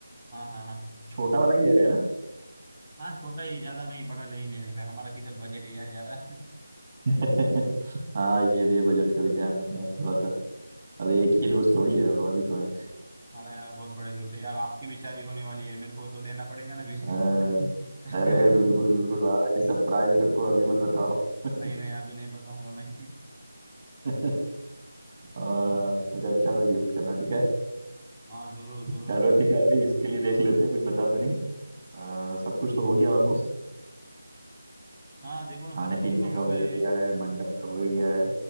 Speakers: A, in the centre; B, on the right.
A: हाँ हाँ हाँ
B: छोटा वाला ही ले रहे हैं ना
A: हाँ छोटा ही ज्यादा नहीं बड़ा नहीं लेने का है। हमारा किधर बजट है यार ज्यादा
B: <laughs> हाँ ये भी बजट का भी ध्यान रखना है थोड़ा सा अब एक ही दोस्त थोड़ी है और भी तो है
A: हाँ यार बहुत बड़े दोस्त है यार आपकी भी शादी होने वाली है मेरे को तो देना पड़ेगा ना बीच
B: हाँ,
A: में <laughs> नहीं
B: अरे बिल्कुल बिल्कुल भाई सरप्राइज रखो अभी मत बताओ <laughs>
A: नहीं अभी नहीं बताऊंगा मैं
B: आ, कुछ अच्छा सा गिफ्ट करना ठीक है
A: हाँ जरूर जरूर
B: चलो ठीक है अभी इसके लिए देख लेते हैं कुछ बचा तो नहीं आ, सब कुछ तो हो गया ऑलमोस्ट
A: हाँ देखो ना
B: खाने
A: सब
B: पीने
A: कुछ तो हो
B: का हो
A: गया है
B: गया है मंडप का हो गया है